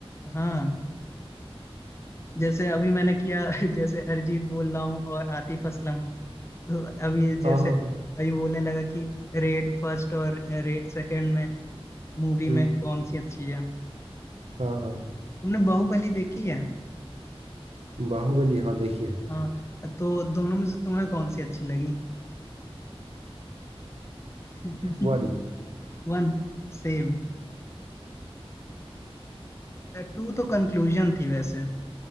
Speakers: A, on the left (about 25°); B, on the right (about 75°).
A: हाँ जैसे अभी मैंने किया <laughs> जैसे अरिजीत बोल रहा हूँ और आतिफ असलम तो अभी जैसे
B: हाँ हाँ
A: अभी
B: हाँ
A: बोलने लगा कि रेड फर्स्ट और रेड सेकंड में मूवी
B: हम्म,
A: में कौन सी अच्छी है
B: हाँ हाँ
A: तुमने बाहुबली देखी है
B: बाहुबली हाँ देखिए
A: हाँ तो दोनों में से तुम्हें कौन सी अच्छी लगी <laughs>
B: वन
A: One same टू तो कंक्लूजन थी वैसे